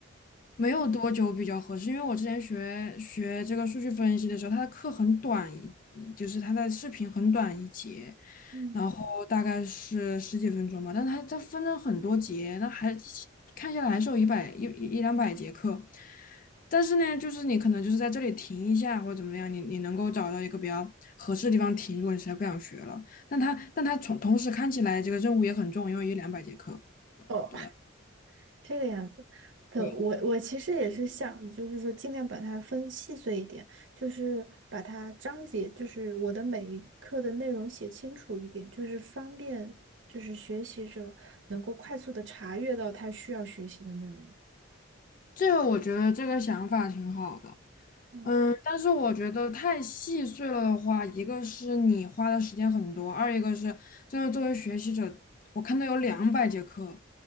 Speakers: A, on the left; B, on the right.
A: 没有多久比较合适，因为我之前学学这个数据分析的时候，他的课很短一，一就是他的视频很短一节，
B: 嗯。
A: 然后大概是十几分钟吧，但他他分了很多节，那还看下来还是有一百一一一两百节课，但是呢，就是你可能就是在这里停一下或者怎么样，你你能够找到一个比较合适的地方停，如果你实在不想学了。但他但他从同时看起来这个任务也很重，因为有两百节课，
B: 哦。
A: 对吧？
B: 这个样子的，
A: 对，
B: 我我其实也是想，就是说尽量把它分细碎一点，就是把它章节，就是我的每一课的内容写清楚一点，就是方便，就是学习者能够快速的查阅到他需要学习的内容。
A: 这个我觉得这个想法挺好的。
B: 嗯。
A: 嗯，但是我觉得太细碎了的话，一个是你花的时间很多，二一个是真的作为学习者，我看到有两百节课，